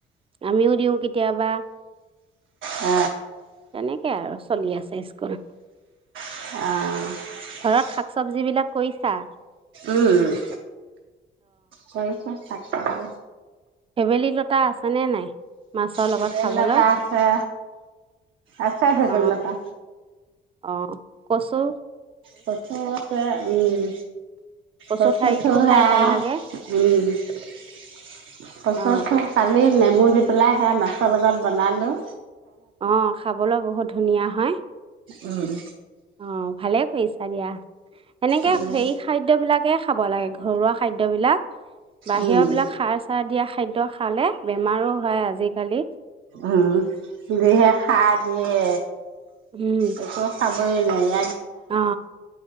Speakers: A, on the right (about 30°); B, on the right (about 75°).
A: আমিও দিওঁ কেতিয়াবা
B: উ
A: তেনেকে আৰু চলি আছে স্কুল
B: আহঁ
A: ঘৰত শাক চব্জ বিলাক কৰিছা
B: উম কৰি থাক অ
A: ফেবেলিনত তাই আছে নে নাই মাছৰ লগত
B: ভেবেল
A: খাবলৈ
B: লতা আছে আছে ভেবেল
A: অ
B: লতা
A: অ কচো
B: প্ৰচৰ আছে উম
A: কচু
B: কচুঠোৰ
A: ঠাৰিটোও খাই
B: হে
A: ভাল লাগে
B: উম কচুঠোৰ
A: অ
B: খালি নেমু দি পেলাই সেয়া মাছৰ লগত বনালোঁ
A: আহ খাবলৈ বহুত ধুনীয়া হয়
B: উম
A: আহ ভালে হৈ চাৰিয়া এনেকে
B: উম
A: সেই খাদ্যয়বলাকে খাব লাগে ঘৰুৱা খাদ্যবিলাক বাহিৰৰ
B: উম
A: বিলাক সাৰ চাৰ দিয়া খাদ্য খালে বেমাৰো হয় আজিকালি
B: উম দিহে খাই দিয়ে
A: উম
B: এই খ ব লয়
A: অ